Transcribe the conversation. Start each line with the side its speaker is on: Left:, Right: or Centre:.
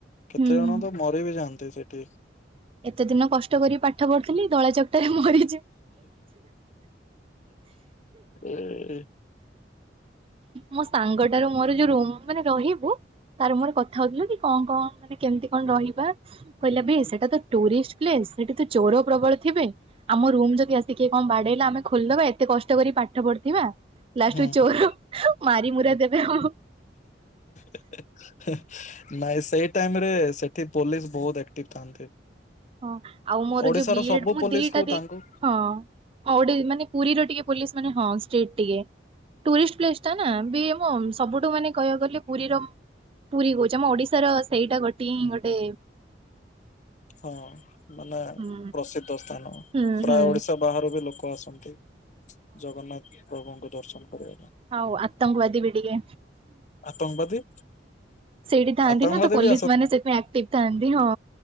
Left: କେତେ
Right: ହୁଁ
Left: ଜଣ ତ ମରି ବିି ଯାଆନ୍ତି ସେଠି
Right: ଏତେ ଦିନ କଷ୍ଟ କରି ପାଠ ପଢୁଥିଲି ଦଳା ଚକଟାରେ ମରି
Left: ହୁଁ।
Right: ମୋ ସାଙ୍ଗଟାରୁ ମୋର ଯୋଉ ରୁମ ମାନେ ରହିବୁ। ତାର ମୋର କଥା ହଉଥିଲୁ କି କଣ କଣ ମାନେ କେମିତି କଣ ରହିବା। କହିଲା ଭ ସେଟା ତ ଟୁରିଷ୍ଟ ପ୍ଲେସ ସେଠି ତ ଚୋର ପ୍ରବଳ ଥିବେ ଆମ ରୁମ ଯଦି ଆସିକିଏ କଣ ବାଡେଇଲା ଆମେ ଖୋଲିଦବା ଏତେ କଷ୍ଟକରି ପାଠ ପଢୁଥିବା। ଲାଷ୍ଟୁ
Left: ହୁଁ
Right: ଚୋର ମାର ମୁୁରା ଦେବେ ଆଉ।
Left: <inaudible> ନାଇଁ ସେଇ ଟାଇମ ରେ ସେଠି ପୋଲିସ ବହୁତଆକ୍ଟିଭ ଥାନ୍ତି।
Right: ହଁ ଆଉ ମୋର
Left: ଓଡିଶାର
Right: ଯୋଉ ବି
Left: ସବୁ
Right: ମୁଁ
Left: ପୋଲିସ
Right: ଦିଟା
Left: କୁ
Right: ଦ
Left: ତାଙ୍କୁ
Right: ହଁ ହଉ ମାନେ ପୁରୀର ଟିକେ ପୋଲି ମେ ହ ଟିକେ ଟୁଷ୍ଟ ପ୍ସ ଟା ନା ହଁ ସବୁଠୁ ମାନେ କହିବାକୁ ଗଲେ ପୁରୀର ପୁରୀ କହୁଛି ଆମ ଓଡିଶାର ସେଇଟା ଗୋଟିଏ ଗୋଟେ
Left: ହଁ ମାନେ
Right: ହୁଁ
Left: ପ୍ରସିଦ୍ଧ ସ୍ଥାନ
Right: ହୁଁ
Left: ପ୍ରାୟ
Right: ହୁଁ
Left: ଓଡିଶା ବାହାରୁ ବି ଲୋକ ଆସନ୍ତି। ଜଗନ୍ନାଥ ପ୍ରଭୁଙ୍କୁ ଦର୍ଶନ କରିବା ପାଇଁ।
Right: ହଉ ଆତଙ୍ଗ ଵାଦି ବି ଟିକେ
Left: ଆତଙ୍କବାଦୀ
Right: ସେଇଠି ଥାନ୍ତି
Left: ଆତଙ୍କବାଦୀ
Right: ନା ତ ପୋଲିସ
Left: ବି
Right: ମାନେ ସେପାଇ ଆକ୍ଟିଭ ଥାନ୍ତି ହଁ।